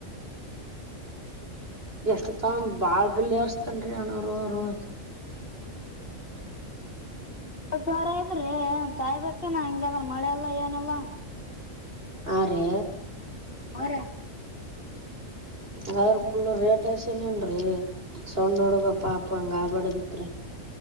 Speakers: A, on the right (about 45°); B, on the left (about 45°).
A: ಎಷ್ಟು ತಾ ಬಾಳ್ ಬಿಲ್ ಎರಿಸ್ತಾನ್ ರ್ರಿ ಅನೂರುರು
B: ಇಪತ್ಸಾವ್ರ ಆಗೆತ್ ರೀ ಸಾಯ್ಬಕ್ಕನಾ ಹಿಂಗಲ್ಲ ಮಳೆಲ್ಲ ಏನಲ್ಲಾ
A: ಆ ರೀ
B: ಬರ <inaudible>
A: ಅದ್ರೆ ಪುಲ್ ರೇಟ್ ಎರ್ಸನ್ ಏನ್ರಿ ಸಣ್ಣ ನೋಡುಗ ಪಾಪ ಹಂಗ ಆಬಡದಿತ್ರಿ